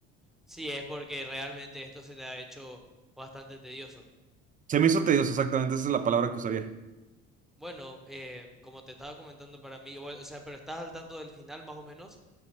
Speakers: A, in the centre; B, on the right.
A: Sí, es porque realmente esto se te ha hecho bastante tedioso.
B: Se me hizo tedioso, exactamente, esa es la palabra que usaría.
A: Bueno, em, como te estaba comentando para mí, bueno, o sea, pero estás al tanto del final más o menos.